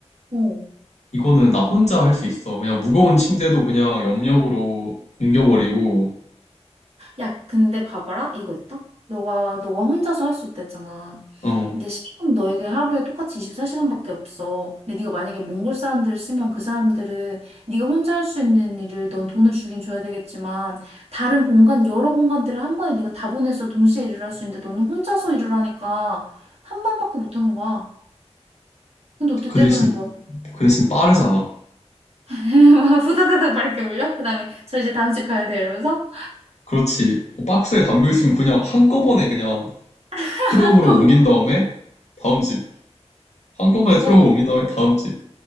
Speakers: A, on the right (about 65°); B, on the left (about 75°).
A: 어.
B: 이거는 나 혼자 할 수 있어. 그냥 무거운 침대도 그냥 염력으로 옮겨버리고,
A: 야, 근데 봐봐라. 이거 있다. 너가, 너가 혼자서 할 수 있다 했잖아.
B: 어,
A: 근데 시간 너에게 하루에 똑같이 24시간밖에 없어. 근데 네가 만약에 몽골 사람들을 쓰면 그 사람들은 네가 혼자 할 수 있는 일을 넌 돈을 주긴 줘야 되겠지만 다른 공간, 여러 공간들을 한 번에 네가 다 보내서 동시에 일을 할 수 있는데 너는 혼자서 일을 하니까 한 번밖에 못 하는 거야. 근데 어떻게
B: 그
A: 떼돈을
B: 대신,
A: 벌어?
B: 그 대신 빠르잖아.
A: <laughs> 후다다닥 막 이렇게 올려? 그다음에 저 이제 다음 집 가야 돼 이러면서
B: 그렇지. 뭐 박스에 담겨 있으면 그냥 한꺼번에 그냥
A: <laughs>
B: 트럭으로
A: 한국
B: 옮긴 다음에 다음 집. 한꺼번에
A: 이거
B: 트럭으로 옮긴 다음에 다음 집.